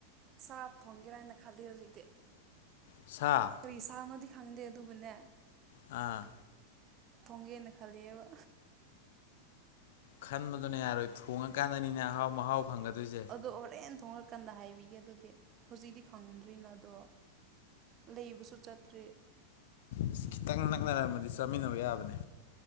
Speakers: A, on the right (about 30°); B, on the left (about 55°).
A: ꯁꯥ ꯊꯣꯟꯒꯦꯔꯅ ꯈꯜꯂꯤ ꯍꯧꯖꯤꯛꯇꯤ
B: ꯁꯥ
A: ꯀꯔꯤ ꯁꯥꯥꯅꯣꯗꯤ ꯈꯪꯗꯦ ꯑꯗꯨꯕꯨꯅꯦ
B: ꯑꯥ
A: ꯊꯣꯡꯒꯦꯅ ꯈꯜꯂꯤꯑꯦꯕ
B: ꯈꯟꯕꯗꯨꯅ ꯌꯥꯔꯣꯏ ꯊꯣꯡꯉꯀꯥꯟꯗꯅꯤꯅꯦ ꯑꯍꯥꯎ ꯃꯍꯥꯎ ꯐꯪꯒꯗꯣꯏꯖꯦ
A: ꯑꯗꯣ ꯍꯣꯔꯦꯟ ꯊꯣꯉꯀꯥꯟꯗ ꯍꯥꯏꯕꯤꯒꯦ ꯑꯗꯨꯗꯤ ꯍꯧꯖꯤꯛꯗꯤ ꯈꯪꯗ꯭ꯔꯤꯅ ꯑꯗꯣ ꯂꯩꯕꯁꯨ ꯆꯠꯇ꯭ꯔꯤ
B: ꯑꯁ ꯈꯤꯇꯪ ꯅꯛꯅꯔꯝꯃꯗꯤ ꯆꯥꯃꯤꯟꯅꯕ ꯌꯥꯕꯅꯦ